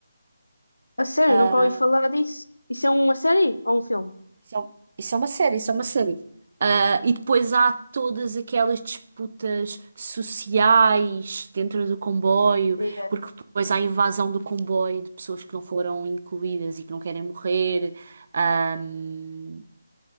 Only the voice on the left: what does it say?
A sério,
nunca ouvi falar disso. Isso é uma série ou um filme?
É,